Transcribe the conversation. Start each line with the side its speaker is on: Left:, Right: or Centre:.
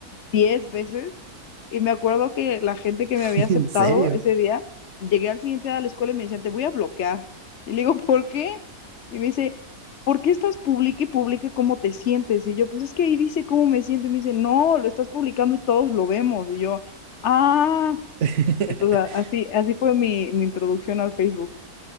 Left: 10 veces y me acuerdo que la gente que
Right: <laughs>
Left: me había aceptado
Right: en serio.
Left: ese día, llegué al siguiente día a la escuela y me decían, te voy a bloquear. Y le digo, ¿por qué? Y me dice, ¿por qué estás publica y publica cómo te sientes? Y yo, pues es que ahí dice cómo me siento. Y me dice, no, lo estás publicando y todos lo vemos. Y yo, ah,
Right: <laughs>
Left: entonces a- así, así fue mi, mi introducción al Facebook.